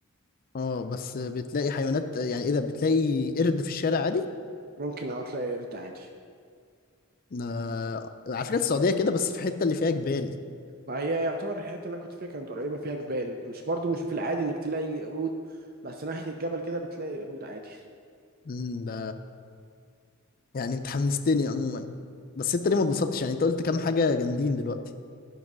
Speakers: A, on the left; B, on the right.
A: اه بس بتلاقي حيوانات يعني ايه ده بتلاقي قرد في الشارع عادي
B: ممكن اه تلاقي قرد عادي
A: ده على فكرة السعودية كده بس في الحتة اللي فيها جبال
B: ما هي يعتبر الحته اللي انا كنت فيها كانت قريبه فيها جبال مش برضو مش في العادي انك تلاقي قرود بس ناحيه الجبل كده بتلاقي قرود عادي
A: مم، ده يعني انت حمستني عموما بس انت ليه ما اتبسطتش يعني انت قلت كام حاجة جامدين دلوقتي